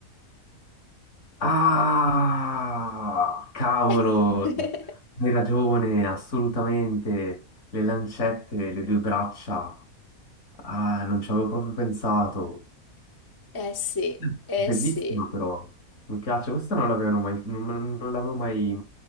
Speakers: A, on the left; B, on the left.
A: Ah, cavolo,
B: <laughs>
A: hai ragione, assolutamente. Le lancette, le due braccia. Ah, non ci avevo proprio pensato.
B: Eh sì,
A: Mm.
B: eh
A: Bellissima
B: sì.
A: però. Mi piace, questa non l'avevano mai, non, non l'avevo mai,